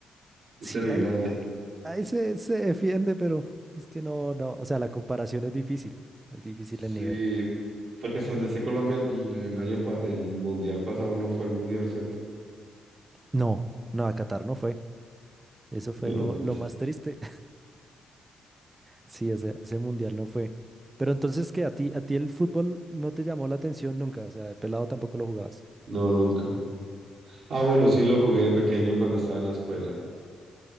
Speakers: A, on the right; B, on the right.
A: <laughs> un
B: Sí,
A: semi
B: ahí,
A: blando.
B: ahí, ahí se, se defiende, pero es que no, no. O sea, la comparación es difícil. Es difícil
A: Sí,
B: el nivel.
A: porque hasta donde sé Colombia el, el año pa- el mundial pasado no fue el mundial, ¿cierto?
B: No, no, a Qatar no fue. Eso fue
A: No,
B: lo,
A: qué
B: lo
A: pesa-
B: más triste. Sí, ese, ese mundial no fue. Pero entonces, ¿qué? ¿A ti, a ti el fútbol no te llamó la atención nunca? O sea, de pelado tampoco lo jugabas.
A: No, nunca. Ah, bueno, sí lo jugué de pequeño cuando estaba en la escuela.